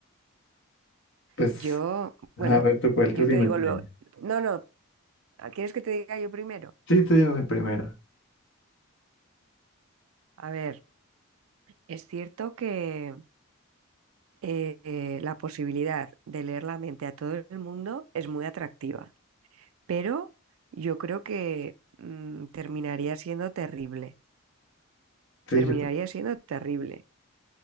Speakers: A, on the left (about 60°); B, on the right (about 70°).
A: Pues,
B: yo, bueno,
A: a ver, tú cuál,
B: yo
A: tú dime.
B: te digo
A: tú
B: luego.
A: dime.
B: No, no, ¿quieres que te diga yo primero?
A: Sí, tú dime primero.
B: A ver, es cierto que eh, eh, la posibilidad de leer la mente a todo el mundo es muy atractiva, pero yo creo que mm, terminaría siendo terrible,
A: Sí,
B: terminaría
A: yo.
B: siendo terrible,